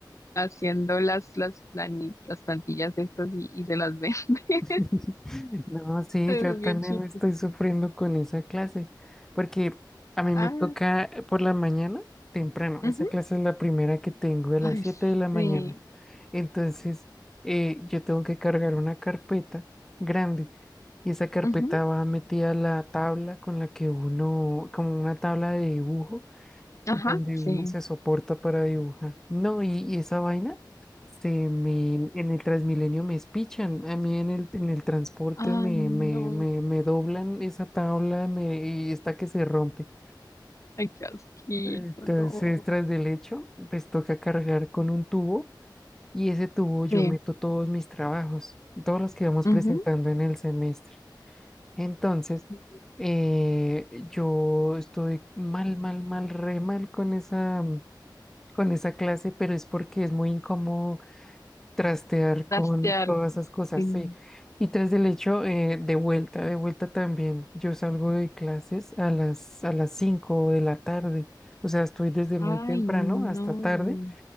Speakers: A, on the left; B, in the centre.
A: haciendo las, las, plani- las plantillas estas y, y se las vende. <laughs>
B: <laughs> No, sí,
A: Es
B: yo
A: bien
B: también
A: chistoso.
B: estoy sufriendo con esa clase, porque a mí
A: Ah,
B: me toca por la mañana temprano,
A: ujú.
B: esa clase es la primera que tengo de
A: Ay,
B: las siete
A: sí.
B: de la mañana. Entonces, eh, yo tengo que cargar una carpeta grande y esa carpeta
A: Ujú.
B: va metida a la tabla con la que uno, como una tabla de dibujo,
A: Ajá,
B: donde
A: sí.
B: uno se soporta para dibujar. No, y, y esa vaina se me, en el Transmilenio me espichan, a mí en el, en el transporte
A: Ay,
B: me,
A: no.
B: me, me, me doblan esa tabla me, y está que se rompe.
A: Ay, qué asquito,
B: Entonces,
A: no.
B: tras del hecho, pues toca cargar con un tubo. Y ese tubo yo
A: Sí.
B: meto todos mis trabajos, todos los que vamos
A: Ujú.
B: presentando en el semestre. Entonces,
A: Sí.
B: eh, yo estoy mal, mal, mal, re mal con esa, con esa clase, pero es porque es muy incómodo trastear
A: Trastear,
B: con todas esas cosas,
A: sí.
B: sí. Y tras del hecho, eh, de vuelta, de vuelta también. Yo salgo de clases a las, a las 5 de la tarde. O sea, estoy desde muy
A: Ay,
B: temprano
A: no.
B: hasta tarde